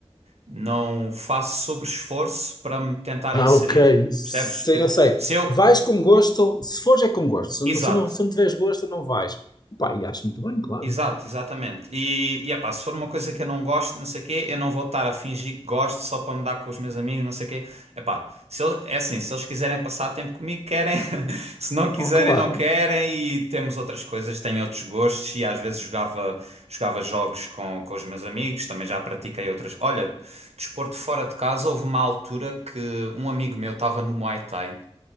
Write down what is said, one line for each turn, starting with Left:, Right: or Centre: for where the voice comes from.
Right: não faço sobre esforço para me tentar
Left: Ah,
Right: inserir,
Left: ok. Sim,
Right: percebes? Eu-
Left: eu sei.
Right: se eu,
Left: Vais com gosto, se fores é com gosto, se
Right: exato,
Left: não, se não, se não tiveres gosto, não vais. Pá, e acho muito bem, claro.
Right: Exato, exatamente. E, e epá, se for uma coisa que eu não gosto, não sei o quê, eu não vou estar a fingir que gosto só para me dar com os meus amigos, não sei o quê. Epá, se eles, é assim, se eles quiserem passar tempo comigo, querem. <laughs> Se não quiserem,
Left: Oh, claro.
Right: não querem. E temos outras coisas, tenho outros gostos. E às vezes jogava, jogava jogos com, com os meus amigos, também já pratiquei outras. Olha, desporto fora de casa, houve uma altura que um amigo meu estava no Muay Thai